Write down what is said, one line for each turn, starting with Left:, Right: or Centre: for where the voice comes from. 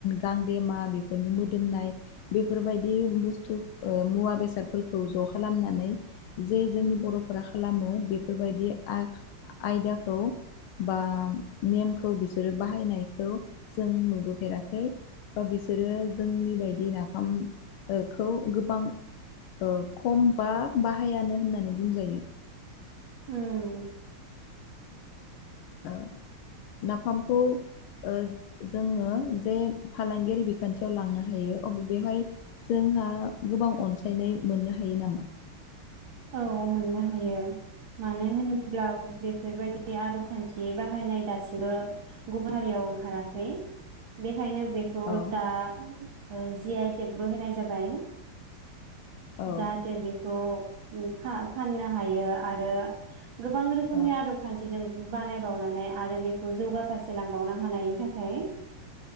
Left: गांदेमा बेफोरनि मोदोमनाय बेफोरबाय बे बुस्थु ओ मुवा बेसादफोरखौ ज' खालामनानै जे जोंनि बर'फोरा खालामो बेफोरबायदि आ आयदाखौ बा नेमखौ बिसोरो बाहायनायखौ जों नुबोफेराखै बा बिसोरो जोंनि बायदि नाफाम ओ खौ गोबां ओ खम बा बाहायानो होननानै बुंजायो
Right: उम।
Left: ओ नाफामखौ ओ जोङो जे फालांगियारि बिखान्थियाव लांनो हायो अब्ला बेवहाय जोंहा गोबां अनसायनाय मोननो हायो नामा?
Right: औ मोननो हायो मानो होनोब्ला बेफोरबायदि आदब खान्थि बाहायनाय दासिमबो गुबुन हारियाव ओंखाराखै बे ओंखायनो बेखौ
Left: औ
Right: दा ओ जि आइ टेकबो होनाय जाबाय।
Left: औ
Right: जाहाथे बेखौ उम फा फाननो हायो आरो गोबां रोखोमनि
Left: औ
Right: आदब खान्थिजों बानाय बावनानै आरो बेखौ जौगाफारसे लांबावनो हानायनि थाखाय